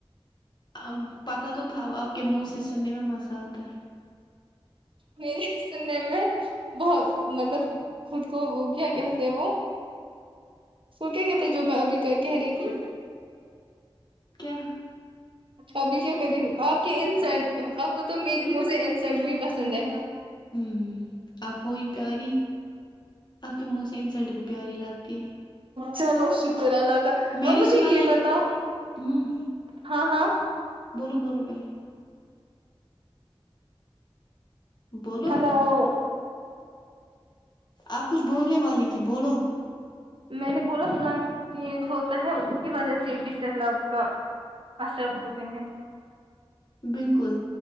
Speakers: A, on the left; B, on the right.
A: ا پتا تو تھا اب آپ کے منہ سے سننے میں مزہ آتا ہے
B: میرے سے سننے میں بہت مطلب خود کو وہ کیا کہتے ہیں وہ وہ کیا کہتے جو میں ابھی کہہ رہی تھی
A: کیا
B: ابھی کیا کری آپ کے انسلٹ آپ کو تو میرے منہ سے انسلٹ بھی پسند ہے
A: ہوں آپ ہو ہی پیاری آپ کے منہ سے انسلٹ بھی پیاری لگتی ہے
B: چلو شکر اللہ کا
A: میں
B: اب
A: نے
B: مجھے
A: سنا
B: یہ
A: ہے
B: بتاؤ
A: ہوں
B: ہاں ہاں
A: بولو بولو پہلے بولو
B: ہلو
A: آپ کچھ بولنے والی تھی بولو
B: میں نے بولا کلائمیٹ چینج ہوتا ہے اس کی وجہ سے بھی سیلاب کا اثر ہوتے ہیں
A: بالکل